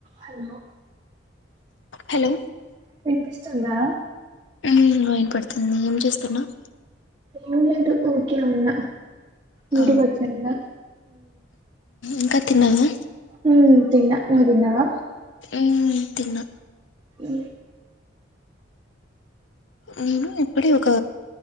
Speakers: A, on the right; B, on the left.
A: హలో
B: హలో
A: వినిపిస్తుందా
B: ఊ వినపడుతుంది ఏం చేస్తున్నావ్
A: ఏం లేదు ఊరికే ఉన్న ఇంటికచ్చన్న
B: ఆ ఇంకా తిన్నావా
A: ఊ తిన్నా నువ్వు తిన్నావా
B: ఊ తిన్న
A: ఊ
B: నేను ఇప్పుడే ఒక